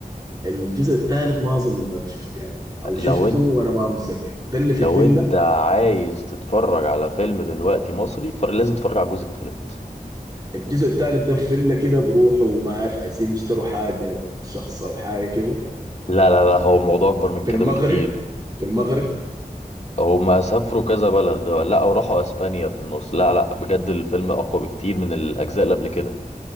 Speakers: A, on the right; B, on the left.
A: الجزء الثالث ما اظن انه انا شفته يعني او
B: لو
A: شفته وانا ما متذكر ده اللي في
B: لو
A: الفيلا
B: انت عايز تتفرج على فيلم دلوقتي مصري تفرج لازم تتفرج على الجزء التالت
A: الجزء الثالث ده في فيلا كده بروحه وما عارف عايزين يشتروا حاجة من شخص او حاجة كده
B: لا لا لا هو الموضوع اكبر من
A: في
B: كده
A: المغرب
B: بكتير
A: في المغرب
B: هما سافروا كذا بلد لا وراحوا اسبانيا في النص لا لا بجد الفيلم اقوى بكتير من الاجزاء اللي قبل كده